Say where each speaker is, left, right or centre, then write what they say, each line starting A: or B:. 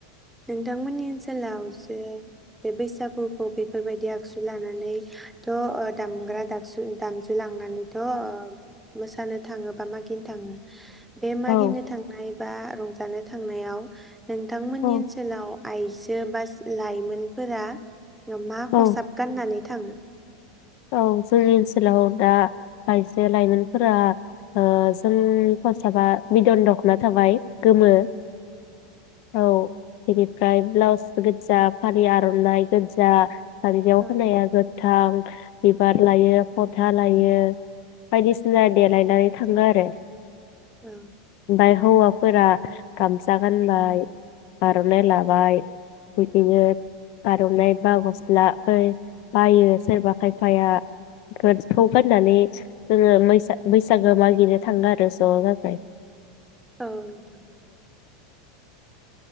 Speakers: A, in the centre; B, on the left (about 55°).
A: नोंथांमोननि ओनसोलाव जो बे बैसागुखौ बेफोरबायदि आगजु लानानै थ' ओ दामग्रा दागसु दामजु लांनानैथ' ओ मोसानो थाङो बा मागिनो थाङो। बे मागिनो
B: औ
A: थांनाय। बा रंजानो थांनायाव। नोंथांमोननि
B: औ
A: ओनस सोलाव आइजो बास लाइमोनफोरा। <unintelligible> मा
B: औ
A: खसाब गाननानै। थाङो
B: औ जोंनि ओनसोलाव दा आइजो लाइमोनफोरा ओ जोंनि खसाबा बिद'न द'खना थाबाय गोमो, औ इदि फ्राय ब्लाउसबो गोजा फालि आर'नाइ गोजा, जान्जियाव
A: औ
B: खानाया गोद थां बिबार लायो फ'था लायो बायदिसिना देलायनानै थाङो आरो
A: औ
B: ओमफ्राय हौवाफोरा गामसा गानबाय आर'नाइ लाबाय बिदिनो आर'नाइ बा गस्ला बै बायो सोरबा खायफ फाइया गोसखौ गान्नानै जोङो मैसा बैसागो मागिनो थाङो आरो ज'ज जाय,
A: औ नोंथां